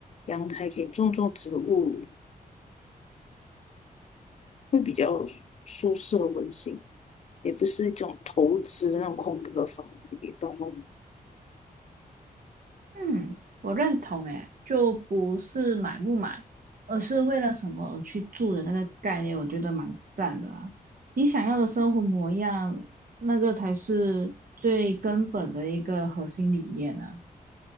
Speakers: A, on the left; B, on the right.
A: 阳台可以种种植物，会比较舒适和温馨，也不是一种投资的那种空壳房，一般哦。
B: 嗯，我认同诶，就不是买不买，而是为了什么而去住的那个概念，我觉得蛮赞的啊。你想要的生活模样，那个才是最根本的一个核心理念呢。